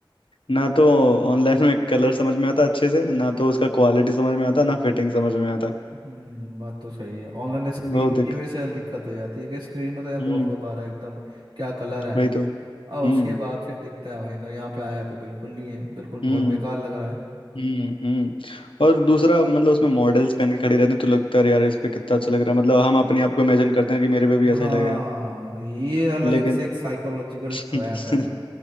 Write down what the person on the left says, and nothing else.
ना तो ऑनलाइन में कलर समझ में आता अच्छे से ना तो उसका क्वालिटी समझ में आता ना फिटिंग समझ में आता
बहुत
दिक्कत
हम्म
वही तो
हम्म
हम्म
हम्म हम्म और दूसरा मतलब उसमें मॉडल्स पहन के खड़ी रहती हैं, तो लगता है यार इस पे कितना अच्छा लग रहा है मतलब हम अपने आप को इमेजिन करते हैं कि मेरे पे भी
ऐसा ही लगेगा
लेकिन
<laughs>